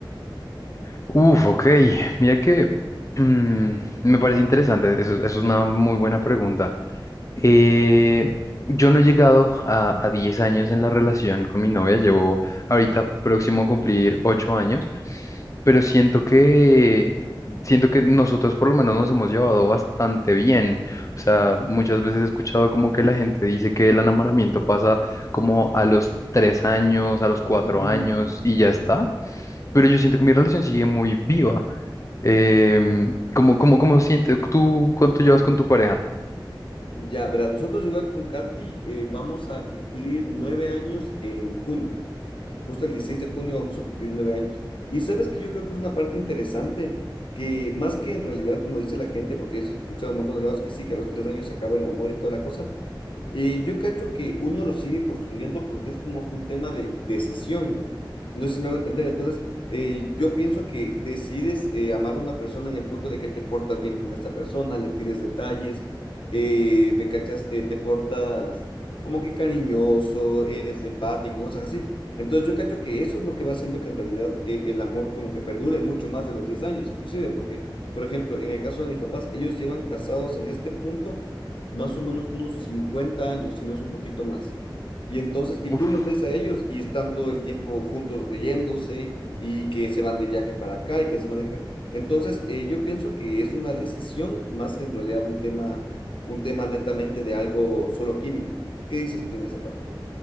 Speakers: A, on the left (about 40°); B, on the left (about 75°).
A: Uf, ok. Mira que mm, me parece interesante. Eso, eso es una muy buena pregunta. Eh, yo no he llegado a, a 10 años en la relación con mi novia. Llevo ahorita próximo a cumplir 8 años, pero siento que siento que nosotros por lo menos nos hemos llevado bastante bien. O sea, muchas veces he escuchado como que la gente dice que el enamoramiento pasa como a los 3 años, a los cuatro
B: Ujú.
A: años y ya está pero yo siento que mi relación sigue muy viva. Em, ¿cómo, cómo, cómo sientes tú cuánto llevas con tu pareja?
B: Ya, verás, nosotros igual con Katy eh, vamos a cumplir nueve años en junio. Justo el 16 de junio vamos a cumplir nueve años. Y sabes que yo creo que es una parte interesante, que más que en realidad, como dice la gente, porque yo he escuchado a un montón de lados que sí, que a los tres años se acaba el amor y toda la cosa, eh, yo cacho que uno lo sigue construyendo porque es como que un tema de decisión. No sé si me hago entender. Entonces, eh, yo pienso que decides eh, amar a una persona en el punto de que te portas bien con esta persona, le tienes detalles, eh, me cachas, Eh, te portas como que cariñoso, eres empático, cosas así. Entonces, yo cacho que eso es lo que va haciendo que en realidad eh, el amor como que perdure mucho más de los 10 años, inclusive, porque, por ejemplo, en el caso de mis papás, ellos llevan casados en este punto más o menos unos 50 años, si no es un poquito más. Y entonces, y
A: Uf,
B: tú los ves a ellos y están todo el tiempo juntos riéndose y que se van de viaje para acá y que se van de viaje. para- Entonces, eh, yo pienso que es una decisión más que en realidad un tema, un tema netamente de algo solo químico. ¿Qué dices tú en esa parte?